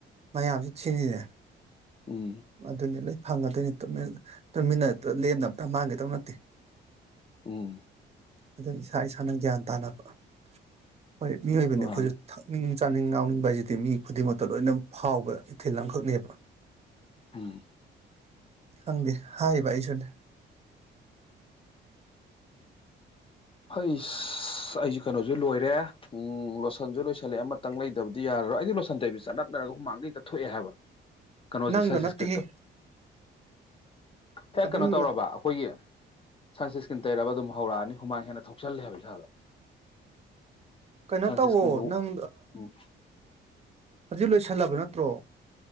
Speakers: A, on the right (about 30°); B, on the left (about 25°).
A: ꯃꯌꯥꯝꯁꯤ ꯁꯤꯅꯤꯅꯦ
B: ꯎꯝ
A: ꯃ ꯑꯗꯨꯅꯦ ꯂꯩ ꯐꯪꯉꯗꯣꯏꯅꯤ ꯇꯨꯃꯤꯟ ꯇꯨꯃꯤꯟꯅ ꯂꯦꯝꯅꯃꯇ ꯃꯥꯡꯒꯤꯗꯧ ꯅꯠꯇꯦ
B: ꯎꯝ
A: ꯑꯗꯨꯅ ꯏꯁꯥ ꯏꯁꯥꯅ ꯒ꯭ꯌꯥꯟ ꯇꯥꯅꯕ ꯍꯣꯏ ꯃꯤꯑꯣꯏꯕꯅꯤ
B: ꯃꯥꯅꯦ
A: ꯑꯩꯈꯣꯏꯁꯨ ꯊꯛꯅꯤꯡ ꯆꯥꯅꯤꯡ ꯉꯥꯎꯅꯤꯡꯕ ꯍꯥꯏꯁꯤꯗꯤ ꯃꯤ ꯈꯨꯗꯤꯡꯃꯛ ꯇ ꯂꯣꯏꯅ ꯐꯥꯎꯕ ꯏꯊꯤꯜ ꯑꯃꯈꯛꯅꯦꯕ
B: ꯎꯝ
A: ꯈꯪꯗꯦ ꯍꯥꯏꯔꯤꯕ ꯑꯩꯁꯨꯅꯦ
B: ꯍꯩꯏꯁ ꯑꯩꯁ ꯀꯩꯅꯣꯁꯨ ꯂꯣꯏꯔꯦ ꯎꯝ ꯂꯣꯁꯟꯁꯨ ꯂꯣꯏꯁꯜꯂꯦ ꯑꯃꯇꯪ ꯂꯩꯗꯕꯗꯤ ꯌꯥꯔꯔꯣꯏ ꯑꯩꯗꯤ ꯂꯣꯁꯟ ꯇꯣꯏꯕꯤ ꯆꯠꯅꯞꯅꯔꯒ ꯎꯃꯥꯡꯗꯩꯛꯇꯊ ꯊꯣꯛꯑꯦ ꯍꯥꯏꯕ ꯀꯩꯅꯣꯁꯦ
A: ꯅꯪꯗ
B: ꯁꯟꯁꯁꯀ꯭ꯔꯤꯠꯇꯣ
A: ꯅꯠꯇꯦꯍꯦ
B: ꯍꯦꯛ
A: ꯑꯗꯨꯝ
B: ꯀꯩꯅꯣ ꯇꯧꯔꯕ ꯑꯩꯈꯣꯏꯒꯤ ꯁꯟꯁꯤꯁ ꯁꯀꯤ ꯇꯩꯔꯕ ꯑꯗꯨꯝ ꯍꯧꯔꯛꯑꯅꯤ ꯍꯨꯃꯥꯡ ꯍꯦꯟꯅ ꯊꯣꯛꯆꯜꯂꯦ ꯍꯥꯏꯕ ꯏꯁꯥꯗ
A: ꯀꯩꯅꯣ
B: ꯁꯟꯁꯀ꯭ꯔꯤꯟꯒꯤ
A: ꯇꯧꯋꯣ ꯅꯪ
B: ꯎꯝ
A: ꯍꯧꯖꯤꯛ ꯂꯣꯏꯁꯜꯂꯕ ꯅꯠꯇ꯭ꯔꯣ